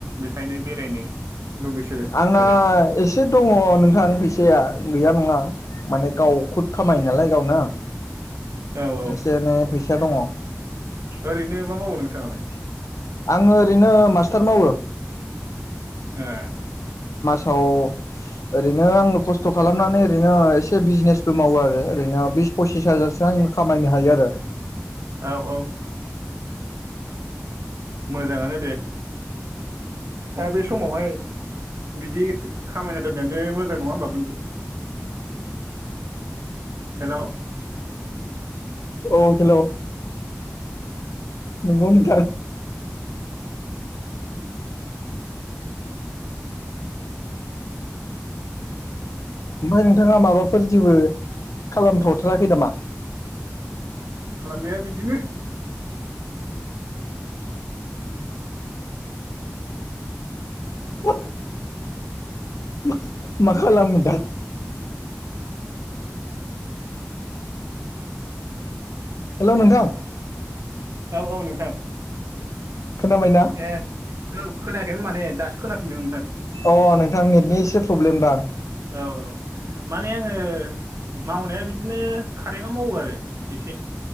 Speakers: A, on the right; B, on the left.
A: बेखायनो बेरायनो लुबैसो
B: आंना
A: आरो
B: एसे दङ नोंथां फैसाया गैया नङा माने गाव खुद खामायो नालाय गावनो
A: औ औ
B: एसे एनै फैसा दङ।
A: ओरैनो मा मावो नोंथाङालाय
B: आङो ओरैनो मास्टार मावो।
A: ए
B: औ ओरैनो आंबो खस्थ' खालामनानै ओरैनो एसे बिजनेसबो मावो आरो ओरैनो बिस फसिस हाजारसो आ खामायनो हायो आरो
A: औ औ मोजाङानो दे दा बे समावहाय बिदि खामायना दोननायानो मोजां नङा होमबा बनदु हेल'
B: अ हेल' नंगौ नोंथां। ओमफ्राय नोंथाङा माबाफोर जेबो खालामथ'थाराखै नामा?
A: खालामनाया बिदिनो।
B: अ। मा -मा खालामगोन दा? हेल' नोंथां।
A: औ औ नोंथां
B: खोनाबायना
A: ए औ खोनायाखैमोन माने दासो खोनाफिनदों ओमफ्राय।
B: अ नोंथां नेटनि एसे प्रब्लेम दां।
A: औ माने आङो मावनाया बिदिनो कारेन्टआव मावो आरो एसे